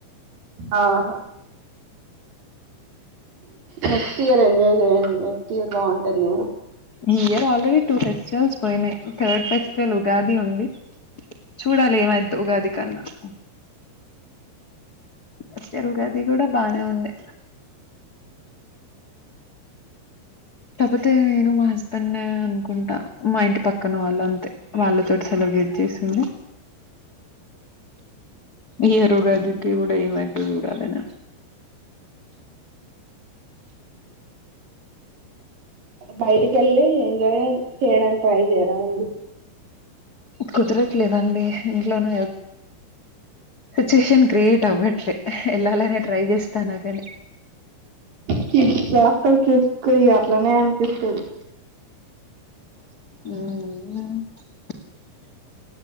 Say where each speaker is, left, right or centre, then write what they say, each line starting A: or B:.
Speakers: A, on the right (about 50°); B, on the left (about 30°).
A: ఆహా నెక్స్ట్ ఇయర్ ఏం నెక్స్ట్ ఇయర్ బాగుంటది
B: ఈ ఇయర్ ఆల్రెడీ టూ ఫెస్టివల్స్ పోయినాయి థర్డ్ ఫెస్టివల్ ఉగాది ఉంది చూడాలి ఏమైదో ఉగాది కన్నా <inaudible> ఫస్ట్ ఇయర్ ఉగాది కూడా బానే ఉండే తపోతే నేను మా హస్బెండ్ అనుకుంటా మా ఇంటి పక్కన వాళ్ళు అంతే వాళ్ళతోటి సెలబ్రేట్ చేసిండి ఈ ఇయర్ ఉగాది కూడా ఏమైతదో చూడాలి ఇగ
A: బయటికి వెళ్ళి ఎంజాయ్ చేయడానికి ట్రై చేరాదండి
B: కుదరట్లేదండి ఇంట్లోనే సిచ్యుయేషన్ క్రియేట్ అవ్వట్లే వెళ్ళాలనే ట్రై చేస్తానా కని
A: కిడ్స్ జాట కిడ్స్కి అట్లనే అనిపిస్తుంది
B: మ్